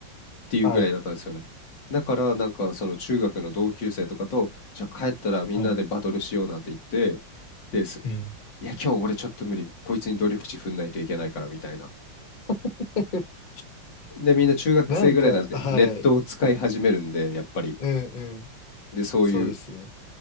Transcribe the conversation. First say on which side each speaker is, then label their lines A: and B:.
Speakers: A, on the left; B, on the left.
A: ていうぐらいだったんですよね。
B: はい。
A: だからなんかその中学の同級生とかと、じゃあ帰ったらみんなでバトルしようなって言って、
B: はい。
A: です。
B: うん。
A: いや、今日俺ちょっと無理。こいつに努力値踏んないといけないからみたいな。
B: <laughs>
A: で、みんな中学生ぐらいなんでネットを使い始めるんで、
B: なんか、はい。
A: やっぱり。
B: うんうん。
A: で、そういう
B: そうですね。